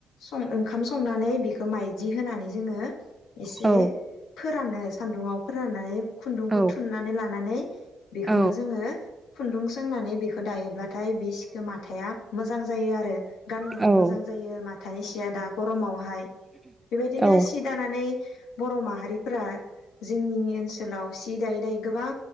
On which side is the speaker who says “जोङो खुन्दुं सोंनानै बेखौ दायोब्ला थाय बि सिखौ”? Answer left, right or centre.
Left